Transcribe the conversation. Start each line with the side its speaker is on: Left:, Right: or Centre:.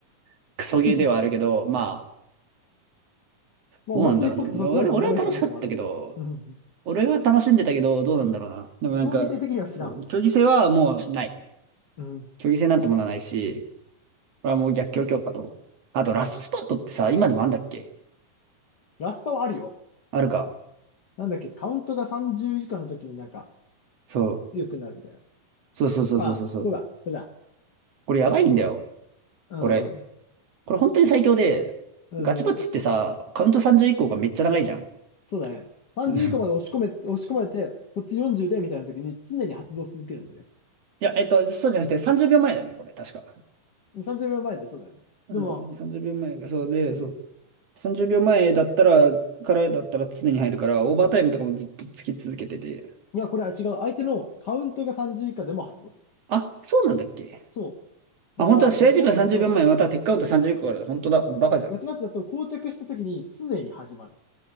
Right: <laughs> クソゲーではあるけど、
Left: <laughs>
Right: まあ、
Left: まあ、
Right: どうなんだろう。
Left: お祭りっぽくてそっちの方がおもろい可能性もある。
Right: でも、俺、俺は楽しかったけど、
Left: うん。
Right: 俺は楽しんでたけど、どうなんだろうな。でもなんか、
Left: 競技性的には知らん。
Right: そう、競技性はもうしない。
Left: うん。
Right: 競技性なんてものはないし、これはもう逆境強化と。あと、ラストスパートってさ、今でもあんだっけ
Left: ラスパはあるよ。
Right: あるか。
Left: なんだっけ、カウントが30以下の時になんか
Right: そう。
Left: 強くなるみたいな。
Right: そうそうそうそうそうそう。
Left: まああ、そうだ、それだ。
Right: これやばいんだよ。
Left: うん。
Right: これ。
Left: うん。
Right: これ本当に最強で、
Left: うんうん
Right: ガチバッチってさ、カウント30以降がめっちゃ長いじゃん。
Left: そうだね。30以下まで押し込め、
Right: うん
Left: 押し込まれて、こっち40でみたいな時に常に発動し続けるんでね。
Right: いや、えっと、そうじゃなくて30秒前だね、これ、確か。
Left: 30秒前で、そうだね。
Right: そうそう、
Left: でも、
Right: 30秒前、そうで、そう。30秒前だったら、からだったら常に入るから、オーバータイムとかもずっとつき続けてて、
Left: いや、これは違う。相手のカウントが30以下でも発動する。
Right: あ、そうなんだっけ
Left: そう。
Right: あ、
Left: だから、
Right: 本当は試合時間30秒前、
Left: ガチマッチだと、
Right: またはテックカウント30秒からだ。本当だ。バカじゃん。
Left: ガチマッチだと、膠着した時に常に始まる。